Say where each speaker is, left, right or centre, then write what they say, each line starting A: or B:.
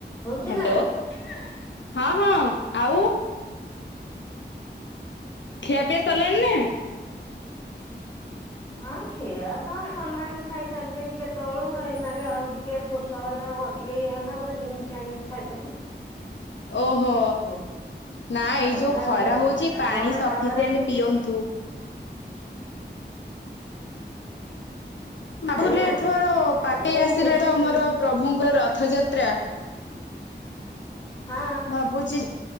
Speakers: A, on the left; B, on the left.
A: ହଉଛି
B: ହାଲୋ
A: ନା?
B: ହଁ। ହଁ ଆଉ। ଖିଆ ପିଆ ସାରିଲାନି ନା।
A: ହଁ। ହଁ ଖିଆ ତ ସରିଲାଣି ଖାଇସାରିଲିଣି କେତେବେଳ ଏଇନା ଆଉ ଟିକେ ଶୋଷ ହେଲା। ଓ ଟିକେ ଇଏ ହେଲା ଗୋଟେ ନିମିକି ଆଣିକି ଖାଇଦେନି।
B: ଓହୋ।
A: ହୁଁ
B: ନା ଏଇ
A: ପଦାକୁ
B: ଯୋଉ ଖରା
A: ଯାଉଛି
B: ହୋଉଛି ପାଣି
A: ମୋର
B: ସଫିସିଏଣ୍ଟ
A: ଟାୱାର ଠିକ
B: ପିଅନ୍ତୁ।
A: ପାଣି
B: ଭାବୁଥିଲି
A: ନା
B: ଏଥର
A: ପାଣି
B: ପାଖେଇ
A: ତ ମୁଁ
B: ଆସିଲା
A: ବେଶୀ
B: ତ ଆମର
A: ପି
B: ପ୍ରଭୁଙ୍କର ରଥଯାତ୍ରା।
A: ହଁ
B: ଭାବୁଛି